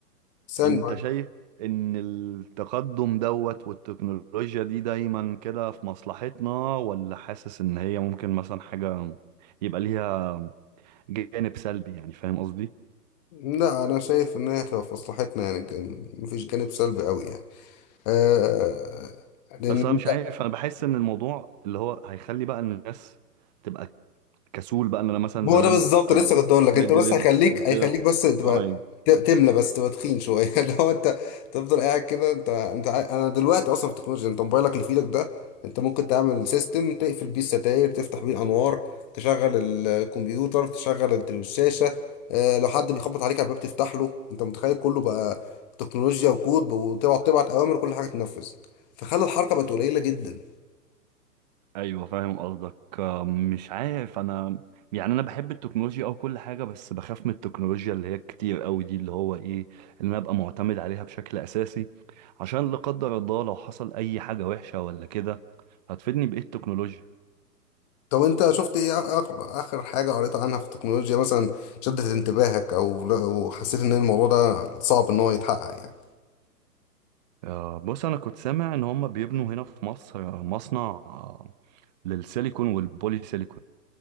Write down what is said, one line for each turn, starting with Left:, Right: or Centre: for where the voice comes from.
Left: ثانية
Right: انت شايف ان التقدم دوت والتكنولوجيا دي دايما كده في مصلحتنا ولا حاسس ان هي ممكن مثلا حاجة يبقى ليها جانب سلبي يعني فاهم قصدي
Left: لا أنا شايف إن هي هتبقى في مصلحتنا يعني كان مفيش جانب سلبي أوي يعني آه لأن
Right: بس انا مش عارف انا بحس ان الموضوع اللي هو هيخلي بقى الناس تبقى كسول بقى ان انا مثلا زمان
Left: هو ده بالظبط
Right: قبل
Left: لسه كنت اقول لك
Right: قبل
Left: انت
Right: الدليفري
Left: بس هيخليك
Right: وكده
Left: هيخليك بس تبقى
Right: اه يعني.
Left: ت- تملى بس تبقى تخين شويه <laughs> اللي هو انت تفضل قاعد كده انت انت عا- انا دلوقتي اصلا في التكنولوجيا انت موبايلك اللي في ايدك ده انت ممكن تعمل سيستم تقفل بيه الستاير تفتح بيه الانوار تشغل الكمبيوتر تشغل الت- الشاشه اه، لو حد بيخبط عليك على الباب تفتح له انت متخيل كله بقى تكنولوجيا وكود وتقعد تبعت اوامر كل حاجه تنفذ فخلى الحركه بقت قليله جدا
Right: ايوه فاهم قصدك آه، مش عارف انا يعني انا بحب التكنولوجيا او كل حاجه بس بخاف من التكنولوجيا اللي هي كتير قوي دي اللي هو ايه اللي انا ابقى معتمد عليها بشكل اساسي عشان لا قدر الله لو حصل اي حاجه وحشه ولا كده هتفيدني بايه التكنولوجيا
Left: طب انت شفت ايه اخر اخر حاجة قريت عنها في التكنولوجيا مثلا شدت انتباهك او او حسيت ان الموضوع ده صعب ان هو يتحقق يعني
Right: آه، بص انا كنت سامع ان هم بيبنوا هنا في مصر آه، مصنع آه، للسيليكون والبولي سيليكون